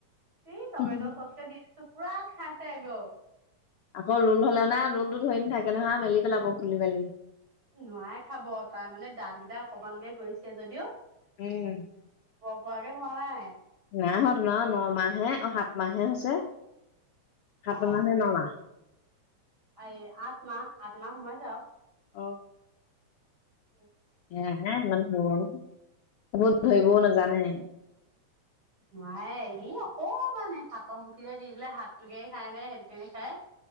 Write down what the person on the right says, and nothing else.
উ
টমেটো চচকে দিছোঁ পুৰা খাইছে একদম
নোৱাই খাব তাৰ মানে দাঁত কেইটাই অকমানকে গইছে যদিও
পোৱাকে হোৱা নাই
অ
এই আঠ মাহ আঠ মাহ সোমাইছে আও
উ <inaudible>
নোৱাৰে এই অকমানে হাতৰ মুঠিৰোই দি দিলে হাত তে খাই নাই সেইটো কেনে খাই